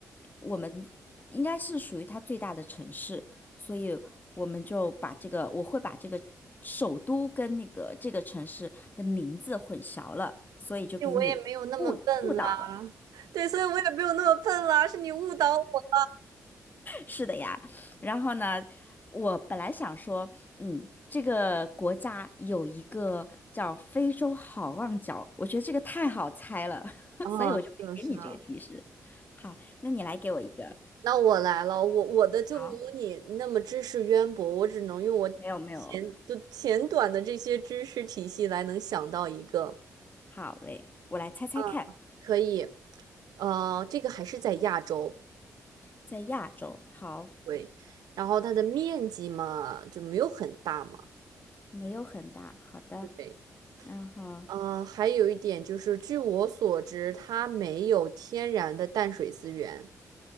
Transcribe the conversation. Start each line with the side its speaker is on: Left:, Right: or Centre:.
Left: 我们应该是属于它最大的城市，所以我们就把这个，我会把这个首都跟那个这个城市的名字混淆了，所以就给你误误导了。
Right: 对我也没有那么笨啦，<laughs> 对，所以我也没有那么笨啦，是你误导我。
Left: 是的呀，然后呢，我本来想说，嗯，这个国家有一个叫非洲好望角，我觉得这个太好猜了，<laughs>
Right: 啊，
Left: 所以我就没给你这个提示。
Right: 是的，是的
Left: 好，那你来给我一个。
Right: 那我来了，我我的就没有你那么知识渊博，
Left: 好，
Right: 我只能用我浅就浅短的这些知识体系来能想到一个，
Left: 没有没有，好嘞，我来猜猜看，
Right: 嗯，可以，呃，这个还是在亚洲，
Left: 在亚洲，好，
Right: 对，然后它的面积嘛就没有很大嘛，
Left: 没有很大，好的，
Right: 对，
Left: 然后
Right: 呃，还有一点就是，据我所知，它没有天然的淡水资源，